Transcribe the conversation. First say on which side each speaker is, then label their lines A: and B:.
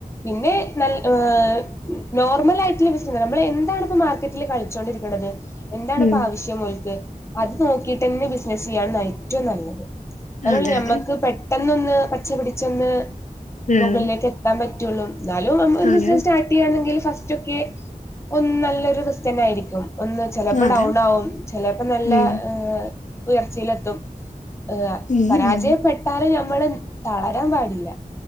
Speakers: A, on the left (about 20°); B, on the left (about 55°).
A: പിന്നെ നല്ല ഏഹ് നോർമലായിറ്റ് ഉള്ളെ നമ്മള് എന്താണ് ഇപ്പ മാർക്കറ്റില് കളിച്ചോണ്ടിരിക്കണത് എന്താണ്
B: ഉം
A: ഇപ്പ ആവശ്യം ഓൽക്ക്? അത് നോക്കിയിട്ടന്നെ ബിസിനസ്സ് ചെയ്യാണ് ഏറ്റവും നല്ലത് ന്നാലുള്ളു
B: അതെ
A: ഞമ്മക്ക്
B: അതെ
A: പെ ട്ടെന്നൊന്ന് പച്ച പിടിച്ചൊന്ന്
B: ഉം
A: മുകളിലേക്ക് എ ത്താൻ പറ്റുള്ളൂ എന്നാലും ഒരു
B: അതെ
A: ബിസിനസ് സ്റ്റാർട്ട് ചെയ്യണെങ്കിൽ ഫസ്റ്റ് ഒക്കെ ഒന്ന് നല്ലൊരു <unintelligible> ആയിരിക്കും ഒന്ന് ചെലപ്പോ
B: അതെ
A: ഡൗൺ ആവും ചെലപ്പോ നല്ല
B: ഉം
A: ഏഹ് ഉയർച്ചയിലെത്തും ഏഹ്
B: ഉം
A: പരാജയപ്പെട്ടാല്
B: ഉം
A: ഞമ്മള് തളരാൻ പാടില്ല.